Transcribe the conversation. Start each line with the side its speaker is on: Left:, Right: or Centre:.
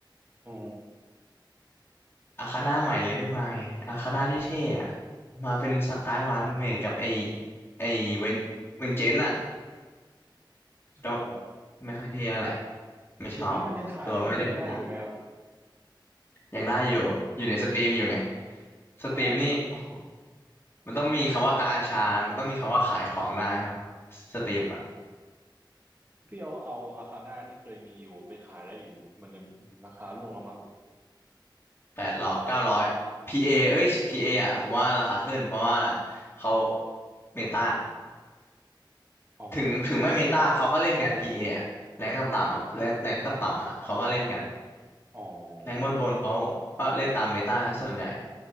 Right: อ๋อ
Left: อาคาน่าใหม่เลยไม่มาไงอาคาน่าเท่ๆอะมาเป็นสกายวานเมดกับไอไอเวนเวนเจนอะ ก็
Right: อ๋อ
Left: ไม่ค่อยเท่อะไรไม่ชอบตัวไม่ได้เมตา
Right: เดี๋ยวนี้มันยังขายไอเทมกันได้อยู่ไหมครับ
Left: ยังได้อยู่อยู่ในสตรีมอยู่ไงสตรีมนี่โอ้โห
Right: อ๋อ
Left: มันต้องมีคำว่ากาชามันต้องมีคำว่าขายของได้เนาะสตรีมอ่ะ
Right: พี่เอาเอาอาคาน่าที่เคยมีอยู่ไปขายได้อยู่มันจะราคาร่วงแล้วมั้ง
Left: แปดร้อยเก้าร้อยพีเอเอ้ยพีเออ่ะผมว่าราคาขึ้นเพราะว่าเขาเมตา
Right: อ๋อ
Left: ถึงถึงไม่เมตาเขาก็เล่นกันพีเออ่ะแรงต่ำๆอะแรงแรงต่ำๆอ่ะเขาก็เล่นกัน
Right: อ๋อ
Left: แรงบนบนเขาก็เล่นตามเมตาซะส่วนใหญ่